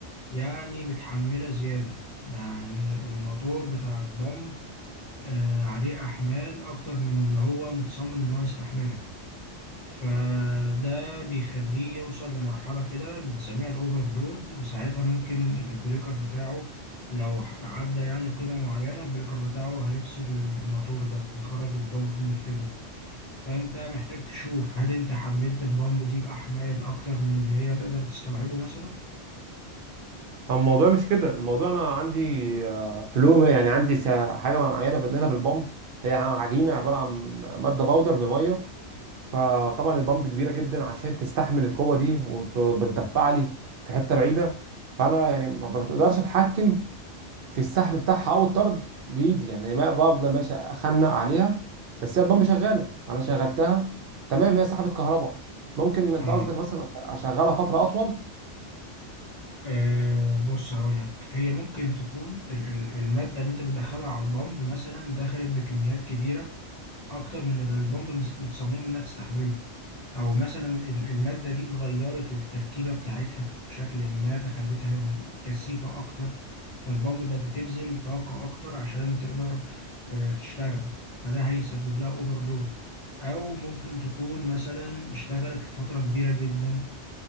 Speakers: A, on the left; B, on the right.
A: يعني متحمله زياده يعني الموتور بتاع البامب آه عليه احمال اكتر من اللي هو متصمم ان هو يستحملها فده بيخليه يوصل لمرحلة كده بنسميها الأوفرلود وساعتها ممكن البريكر بتاعه لو عدى يعني قيمة معينة البريكر بتاعه هيفصل الموتور ده هيخرج البامب من الخدمة فأنت محتاج تشوف هل أنت حملت البامب دي بأحمال أكتر من اللي هي تقدر تستوعبه مثلا؟
B: هو الموضوع مش كده الموضوع انا عندي آه، فلو يعني عندي سا- حاجه معينه بنقلها بالبامب هي عجينه عباره عن ماده باودر بميه فطبعا البامب كبيره جدا عشان تستحمل القوه دي وبتدفع لي في حته بعيده فانا يعني ما بقدرش اتحكم في السحب بتاعها او الطرد بايدي يعني ما بفضل ماشي اخنق عليها بس هي البامب شغاله انا شغلتها تمام هي سحبت كهرباء ممكن انت
A: آه
B: قصدك مثلا أش- اشغلها فتره اطول
A: آه، بص هقولك هي ممكن تكون ال- ال- المادة اللي انت بتدخلها على البامب مثلا دخلت بكميات كبيرة اكتر من اللي البomb مست- متصممه انها تستحمله او مثلا ال- الماده دي اتغيرت التركيبه بتاعتها بشكل ما فخلتها م- كثيفه اكتر فالبومب بقت بتبذل طاقه اكتر عشان تقدر آه، تشتغل فده هيسبب لها اوفرلود او ممكن تكون مثلا اشتغلت لفتره كبيره جدا